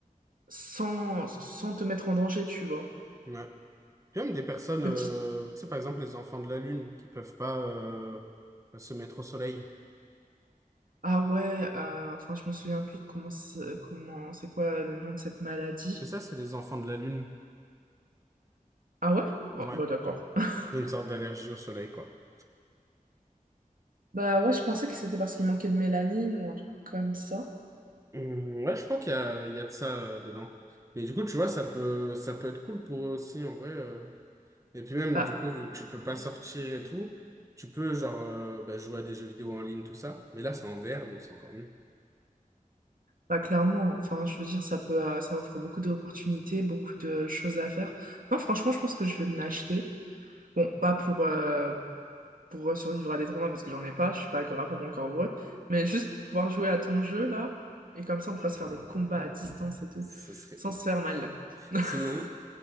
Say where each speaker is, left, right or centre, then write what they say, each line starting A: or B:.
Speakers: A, on the right; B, on the right.
A: sans, sans te mettre en danger, tu vois.
B: Ouais. Puis même des personnes,
A: Petite.
B: euh, tu sais, par exemple, les enfants de la Lune qui peuvent pas, euh, se mettre au soleil.
A: Ah ouais, euh, enfin, je me souviens plus de comment c'est, comment, c'est quoi le nom de cette maladie.
B: Et ça, c'est les enfants de la Lune.
A: Ah ouais? Bon,
B: Ouais.
A: bon, d'accord. <laughs>
B: C'est une sorte d'allergie au soleil, quoi.
A: Bah ouais, je pensais que c'était parce qu'il manquait de mélanine ou un truc comme ça.
B: Hum, ouais, je crois qu'il y a, il y a de ça, euh, dedans. Mais du coup, tu vois, ça peut, ça peut être cool pour eux aussi, en vrai. euh, Et puis même,
A: Bah,
B: du coup, vu que tu peux pas sortir et tout, tu peux genre euh, bah, jouer à des jeux vidéo en ligne, tout ça. Mais là, c'est en VR, donc c'est encore mieux.
A: bah clairement, enfin, je veux dire, ça peut, euh, ça offre beaucoup d'opportunités, beaucoup de choses à faire. Non, franchement, je pense que je vais me l'acheter. Bon, pas pour, euh, pour euh, survivre à des tournois parce que j'en ai pas, je suis pas agoraphobe encore heureux, mais juste pour pouvoir jouer à ton jeu là, et comme ça on pourra se faire des combats
B: <laughs>
A: à distance et tout,
B: Ce serait
A: sans
B: ouf.
A: se faire mal. <laughs>
B: Sinon,